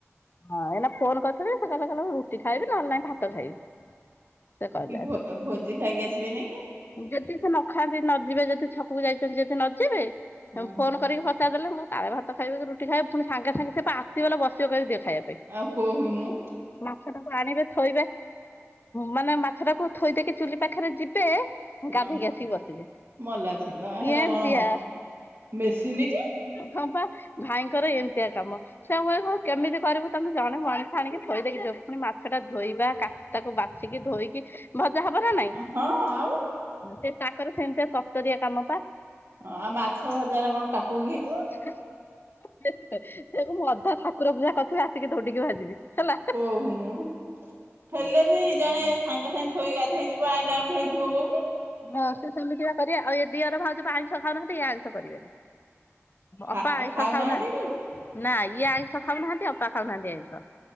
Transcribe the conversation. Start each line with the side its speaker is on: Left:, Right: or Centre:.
Left: ହଁ ଏଇନା ଫୋନ କରିଥିଲେ ସେ କହିଲେ କହିଲେ ମୁଁ ରୁଟି ଖାଇବି ନହେଲେ ନାଇଁ ଭାତ ଖାଇବି। ସେ କହିଲେ
Right: କି ଭଲ ଭୋଜି ଖାଇକି ଆସିବେନେଇ କି?
Left: ଯଦି ସେ ନ ଖାଆନ୍ତି ନ ଯିବେ ଯଦି ଛକକୁ ଯାଇଛନ୍ତି ଯଦି ନଯିବେ
Right: ହଁ
Left: ଫୋନ
Right: ହଁ
Left: କରିକି ପଚାର ଦେଲେ ମୁଁ କାଳେ ଭାତ ଖାଇବେ କି ରୁଟି ଖାଇବେ ପୁଣି ସାଙ୍ଗେ ସାଙ୍ଗେ ସେ ପା ଆସିବେଲୋ ବସିବେ କହିବେ ଦେ। ଖାଇବା ପାଇଁ।
Right: ଆଉ କୋହୁନୁ
Left: ମାଛ ଟାକୁ ଆଣିବେ ଥୋଇବେ। ମାନେ ମାଛ ଟାକୁ ଥୋଇ ଦେଇକି ଚୁଲି ପାଖରେ ଯିବେ
Right: ହଁ
Left: ଗାଧେଇକି ଆସିକି ବସିବେ
Right: ମଲା ଛିଙ୍କ ହେରା
Left: ଏମତିଆ।
Right: କଣ ମେସିନି କି
Left: ହଁ ପା ଭାଇଙ୍କର ଏମିତିଆ କାମ ସବୁ ବେଳେ କଣ କେମିତି କରିବୁ ତମେ ଜଣେ ମଣିଷ ଆଣିକି ଥୋଇଦେଇକି ଯିବ ପୁଣି ମାଛ ଟା ଧୋଇବା କାଟ୍ ତାକୁ ବାଛିକି ଧୋଇକି ଭଜା ହବ ନା ନାଇଁ
Right: ହଁ ଆଉ
Left: ସେ ତାଙ୍କର ସେମିତିଆ ତରତରିଆ କାମ ପା
Right: ହଁ ଆଉ ମାଛ ଭଜା ରା କଣ ଟାକୁଇକି ହେଇଯିବ।
Left: ସେକୁ ମୁଁ ଅଧା ଠାକୁର ପୂଜା କରିଥିବି ଆସିକି ଧୌଡିକି ଭାଜିବି ହେଲା
Right: କହୁନୁ। ହେଲେ ବି ଜଣେ ସାଙ୍ଗେ ସାଙ୍ଗେ ଥୋଇକି ଗାଧେଇ ଯିବ ଆଇଲାଳକୁ ହେଇଥିବ କଉ କି?
Left: ହଁ ସେ ସେମିତିକା କରିବା ଆଉ ଏ ଦିଅର ଭାଉଜ ତ ଆଇଁଷ ଖାଉନାହାନ୍ତି ଏ ଆଇଁଷ କରିବେନି।
Right: ଖା
Left: ଅପା ଆଇଁଷ ଖାଉନାହାନ୍ତି
Right: କି
Left: ନା ଇଏ ଆଇଁଷ ଖାଉନାହାନ୍ତି ଅପା ଖାଉନାହାନ୍ତି ଆଇଁଷ।